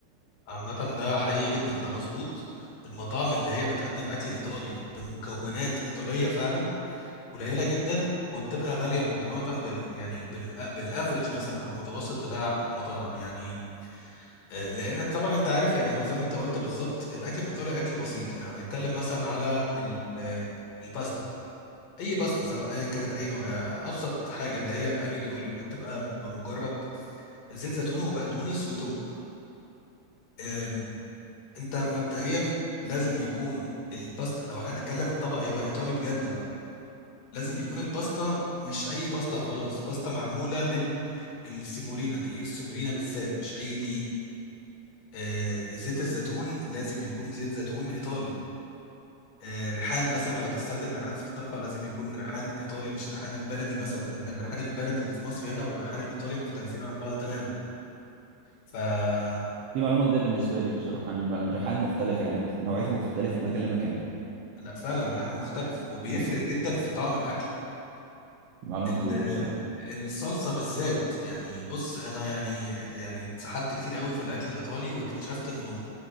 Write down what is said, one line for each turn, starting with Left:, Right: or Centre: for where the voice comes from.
Left: عامة ده حقيقي جدا ده مظبوط المطاعم اللي هي بتقدم أكل إيطالي بمكونات إيطالية فعلا قليلة جدا وبتبقى غالية مقارنة بال يعني بال بالأفريج مثلا أو المتوسط بتاع المطاعم يعني آه، لأن طبعا أنت عارف يعني هو زي ما أنت قلت بالظبط الأكل الإيطالي أكل بسيط يعني لو هنتكلم مثلا على ال- آه، الباستا اي باستا سواء ايا كانت اي نوع آه، ابسط حاجه اللي هي الاليو دي اوليو اللي بتبقى بمجرد زيت زيتون وبقدونس وتوم آم، انت مبدئيا لازم يكون الباستا لو احنا هنتكلم الطبق هيبقى ايطالي بجد بقى لازم يكون الباستا مش اي باستا وخلاص باستا معموله من السيمولينا دي السيمولينا بالذات مش اي دي آه، زيت الزيتون لازم يكون زيت زيتون ايطالي آه، ريحان مثلا لو تستخدم ريحان في الطبخة لازم يكون ريحان إيطالي مش ريحان البلدي مثلا لأن الريحان البلدي اللي في مصر هنا والريحان الإيطالي مختلفين عن بعض تماما فمثلا
Right: دي معلومه جديده بالنسبه لي بصراحه ان الم- الرحلات مختلفه يعني مخت... نوعيته مختلفه من مكان لمكان
Left: لا فعلا الريحان مختلف وبيفرق
Right: مهم.
Left: جدا في طعم الأكل
Right: معلومه
Left: ال-
Right: جديده دي بصراحه
Left: الصلصة بالذات يعني بص أنا يعني يعني اتسحلت كتير قوي في الأكل الإيطالي واكتشفت إنه